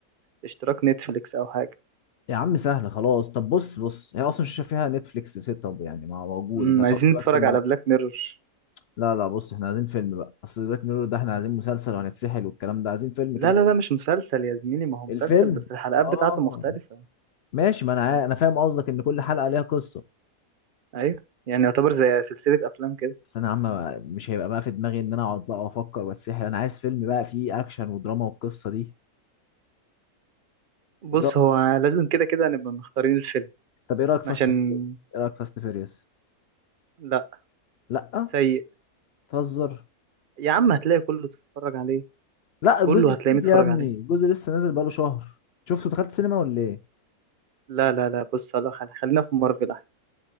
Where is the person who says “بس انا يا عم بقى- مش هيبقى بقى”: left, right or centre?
Left